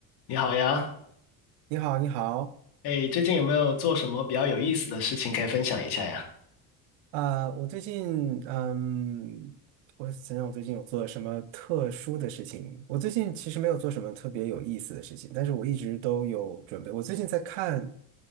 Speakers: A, on the left (about 60°); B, on the right (about 80°).
A: 你好呀，
B: 你好，你好，
A: 哎，最近有没有做什么比较有意思的事情可以分享一下呀？
B: 呃，我最近，嗯，我想想，我最近有做什么特殊的事情？我最近其实没有做什么特别有意思的事情，但是我一直都有准备。我最近在看，